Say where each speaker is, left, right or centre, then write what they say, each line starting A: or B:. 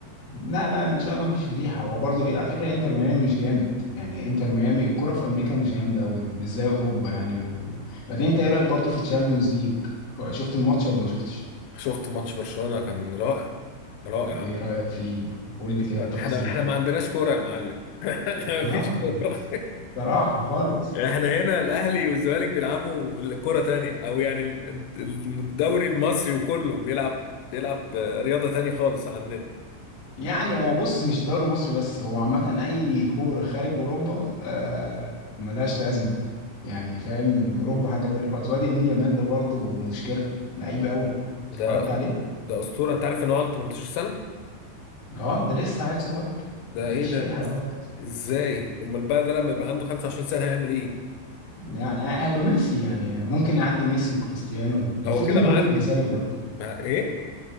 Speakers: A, on the left (about 65°); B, on the left (about 85°).
A: لا لا ان شاء الله مفيش فضيحه هو برضو ايه على فكره انتر ميامي مش جامد يعني انتر ميامي الكوره في امريكا مش جامده قوي مش زي اوروبا يعني وبعدين انت ايه رايك برضو في الشامبيونز ليج شفت الماتش ولا ما شفتش
B: شفت ماتش برشلونة كان رائع رائع
A: ايه رايك فيه قول لي كده
B: احنا
A: التفاصيل
B: احنا ما عندناش كوره يا معلم <laughs> احنا ما
A: اه
B: فيش كوره
A: صراحة خالص
B: <laughs> احنا هنا الاهلي والزمالك بيلعبوا كوره تانية او يعني ال- ال- الدوري المصري وكله بيلعب بيلعب رياضه تانية خالص عننا
A: يعني هو بص مش الدوري المصري بس هو عامة أي كورة خارج أوروبا آه ملهاش لازمة يعني فاهم من أوروبا حاجة تانية خالص وادي يمين يامال ده برضه مشكلة لعيب قوي
B: ده
A: اتفرجت
B: أس-
A: عليه؟
B: ده اسطوره انت عارف ان هو عنده 18 سنه
A: اه ده لسه عيل صغير
B: ده
A: مفيش
B: ايه ده
A: أي حاجة
B: إز...
A: خالص
B: ازاي امال بقى ده لما يبقى عنده 25 سنه هيعمل ايه
A: يعني هيبقى ميسي يعني ممكن يعدي ميسي وكريستيانو المفروض
B: ده هو كده
A: امبابي
B: معدي
A: يبقى زيه برضه
B: مع ايه